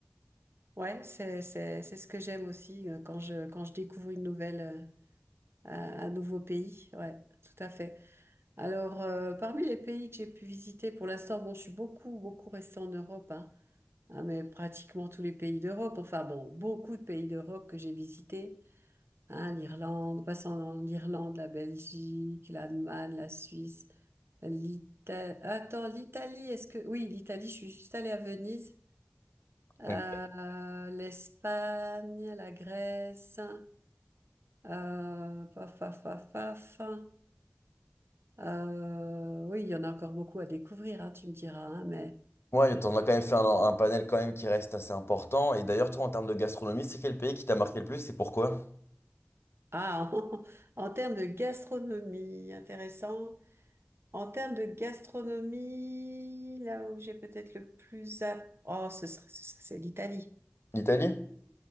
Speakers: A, on the right; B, on the left.
A: ouais, c'est, c'est, c'est ce que j'aime aussi euh, quand je, quand je découvre une nouvelle. euh, un, un nouveau pays, ouais, tout à fait. Alors, euh, parmi les pays que j'ai pu visiter pour l'instant, bon, je suis beaucoup, beaucoup restée en Europe, hein, hein, mais pratiquement tous les pays d'Europe, enfin bon, beaucoup de pays d'Europe que j'ai visités, hein, l'Irlande, passant en Irlande, la Belgique, l'Allemagne, la Suisse, l'Italie. Attends, l'Italie, est-ce que... Oui, l'Italie, je suis juste allée à Venise, Euh,
B: Donc
A: l'Espagne, la Grèce, hein, euh, paf, paf, paf, paf. hein. Euh, oui, il y en a encore beaucoup à découvrir, hein, tu me diras, hein, mais
B: moi, on a quand même fait un, un panel quand même qui reste assez important. Et d'ailleurs, toi, en termes de gastronomie, c'est quel pays qui t'a marqué le plus et pourquoi?
A: ah, <laughs> en, en termes de gastronomie, intéressant. En termes de gastronomie, là où j'ai peut-être le plus à... Oh, ce serait, ce serait- c'est l'Italie.
B: L'Italie?